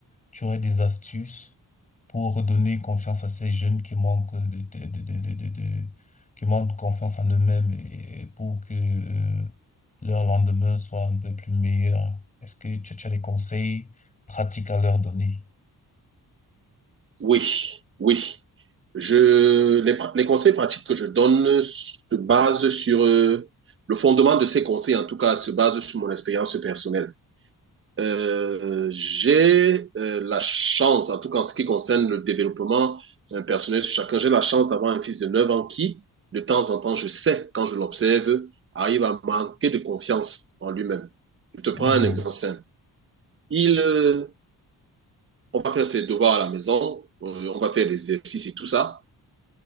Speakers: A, on the left; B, on the right.
A: tu aurais des astuces pour redonner confiance à ces jeunes qui manquent de, de, de, de, de, de- de- qui manquent confiance en eux-mêmes et pour que, euh, leur lendemain soit un peu plus meilleur? Est-ce que tu, tu as des conseils? pratique à leur donner.
B: Oui, oui. Je, les, pra- les conseils pratiques que je donne se basent sur... euh, le fondement de ces conseils, en tout cas, se base sur mon expérience personnelle. Euh, j'ai euh, la chance, en tout cas en ce qui concerne le développement euh, personnel sur chacun, j'ai la chance d'avoir un fils de 9 ans qui, de temps en temps, je sais, quand je l'observe, arrive à manquer de confiance en lui-même. Je te
A: Mhm.
B: prends un exemple simple. Il, euh, on va faire ses devoirs à la maison, euh, on va faire des exercices et tout ça.